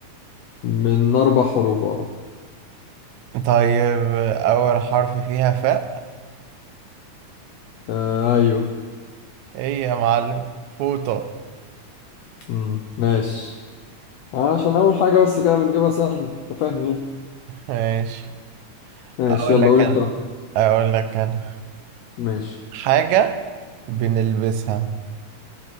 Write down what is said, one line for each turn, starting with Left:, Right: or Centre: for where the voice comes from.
Left: من اربع حروف اه
Right: طيب اول حرف فيها فاء
Left: آه، ايوه
Right: ايه يا معلم فوطة
Left: مم. ماشي عشان اول حاجة بس كده بنجيبها سهلة انت فاهم يعني
Right: ماشي
Left: ماشي
Right: اقول
Left: يلا
Right: لك
Left: قول
Right: انا
Left: انت واحدة.
Right: اقول لك انا
Left: ماشي
Right: حاجة بنلبسها